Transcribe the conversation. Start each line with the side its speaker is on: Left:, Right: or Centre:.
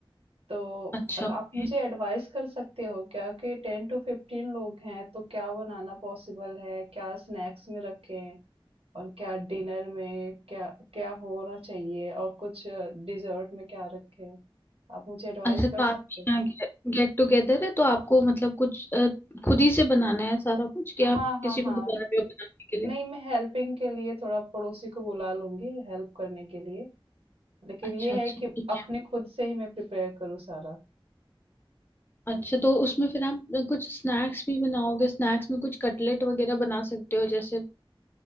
Right: तो
Left: अच्छा
Right: अगर
Left: ओके
Right: आप मुझे एडवाइस कर सकते हो क्या कि टेन टू फिफ्टीन लोग हैं तो क्या बनाना पॉसिबल है क्या स्नैक्स में रखें और क्या डिनर में क्या क्या होना चाहिए और कुछ डिजर्ट में क्या रखें आप मुझे एडवाइस
Left: अच्छा तो
Right: कर सकते
Left: आपके
Right: हो
Left: यहाँ गेट टुगेदर है तो आपको मतलब कुछ अ, खुद ही से बनाना है सारा कुछ कि
Right: हाँ
Left: आप
Right: हाँ
Left: किसी
Right: हाँ
Left: को बुला रहे हो बनाने के लिए
Right: नहीं मैं हेल्पिंग के लिए थोड़ा पड़ोसी को बुला लूंगी हेल्प करने के लिए लेकिन
Left: अच्छा
Right: ये
Left: अच्छा
Right: है कि
Left: ठीक
Right: अपने
Left: है
Right: खुद से ही मैं प्रिपेयर करूँ सारा
Left: अच्छा तो उसमें फिर आप अ, कुछ स्नैक्स भी बनाओगे स्नैक्स में कुछ कटलेट वगैरह बना सकते हो जैसे